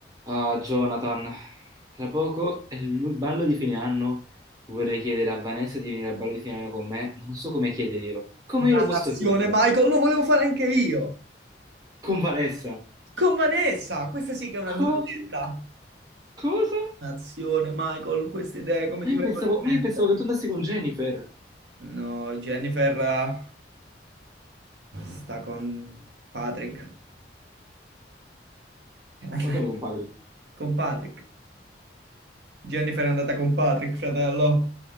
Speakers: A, on the right; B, on the right.
A: Ah, Jonathan, tra poco è il ballo di fine anno. Vorrei chiedere a Vanessa di venire al ballo di fine anno con me, ma non so come chiederglielo. Come
B: Dannazione,
A: glielo posso chiedere?
B: Michael, lo volevo fare anche io.
A: Con Vanessa?
B: Con Vanessa, questa sì che è una
A: Cosa?
B: disdetta.
A: Cosa?
B: Dannazione, Michael, queste idee come
A: Ma
B: ti
A: io
B: vengono
A: pensavo,
B: in
A: ma io
B: mente?
A: pensavo che tu andassi con Jennifer.
B: No, Jennifer eh, sta con Patrick. <laughs>
A: Ma come, compadri?
B: Con Patrick. Jennifer è andata con Patrick, fratello.